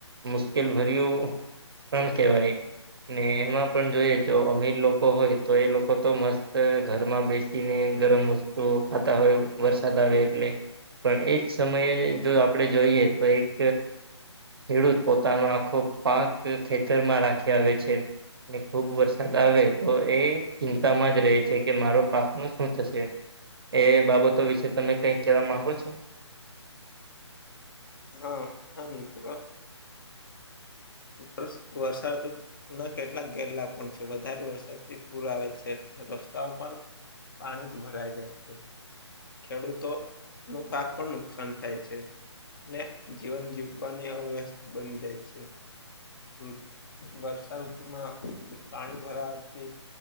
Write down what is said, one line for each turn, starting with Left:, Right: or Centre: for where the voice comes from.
Right: મુશ્કેલ ભર્યું પણ કહેવાય. ને એમાં પણ જોઈએ જો અમીર લોકો હોય તો એ લોકો તો મસ્ત ઘરમાં બેસ સી ને ગરમ વસ્તુ ખાતા હોય વાર વરસાદ આવે એટલે પણ એજ સમયે જો આપણેે જોઈએ તો એક ખેડૂત પોતાનો આખો પાક ખેતરમાં લાખી આવે છે. ને ખુબ વરસાદ આવે તો એ ચિંતામાં જ રહે છે કે મારો પાક નું શું થશે. એ બાબતો વિશે તમે કઈ કેવા માંગો છો.
Left: હા હા મિત્ર. વર્ષ વર્ષાઋતુ તો ના કેટલાક ગેરલાભ પણ છે, વધારે વરસાદથી પૂર આવે છે, રસ્તાઓ પણ પાણી થ ભરાઈ જાય છે. ખેડૂતો નુ પાક પણ નુકસાન થાય છે. ને જીવન જીવવાની અવ્યસ્ત બની જાય છે. ઋ વર્ષા ઋતુમાં પાણી ભરાવાથી